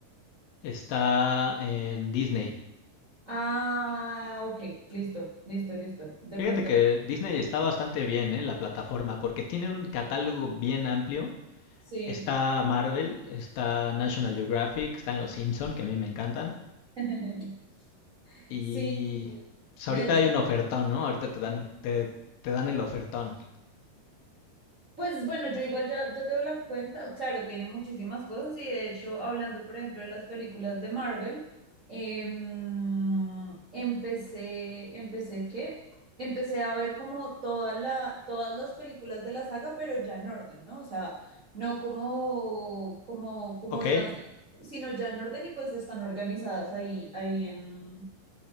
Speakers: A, on the left (about 80°); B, on the right (about 45°).
A: está en Disney.
B: Ah, ok, listo, listo, listo. De
A: Fíjate
B: pronto,
A: que Disney está bastante bien, ¿eh? La plataforma, porque tiene un catálogo bien amplio.
B: sí.
A: Está Marvel, está National Geographic, están Los Simpson, que a mí me encantan.
B: <laughs>
A: Y
B: Sí, sí.
A: pues
B: De
A: ahorita
B: hecho,
A: hay un ofertón, ¿no? Ahorita te dan, te, te dan el ofertón.
B: Pues bueno, yo igual ya, ya te doy la cuenta. Claro, tiene muchísimas cosas y de hecho, hablando por ejemplo de las películas de Marvel, em, empecé, empecé ¿qué? Empecé a ver como toda la, todas las películas de la saga, pero ya en orden, ¿no? O sea, no como, como, como
A: Ok,
B: iban, sino ya en orden y pues están organizadas ahí, ahí en,